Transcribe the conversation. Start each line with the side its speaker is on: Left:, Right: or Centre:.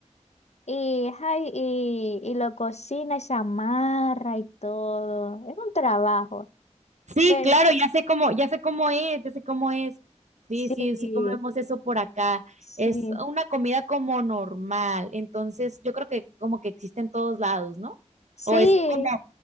Left: y, ay, y, y lo cocina y se amarra y todo. Es un trabajo.
Right: Sí,
Left: Pero
Right: claro, ya sé cómo, ya sé cómo es, ya sé cómo es. Sí,
Left: sí,
Right: sí, sí comemos eso por acá.
Left: sí,
Right: Es una comida como normal. Entonces, yo creo que como que existe en todos lados, ¿no?
Left: sí.
Right: O es como,